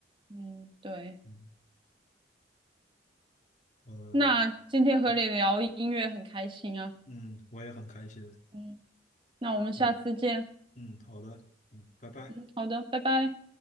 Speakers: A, on the right; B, on the left.
A: 嗯，对。
B: 嗯，呃，
A: 那今天和你聊音乐很开心啊，
B: 对嗯，我也很开心。
A: 嗯，那我们下次见，
B: 啊，嗯，好的，嗯，拜拜。
A: 嗯，好的，拜拜。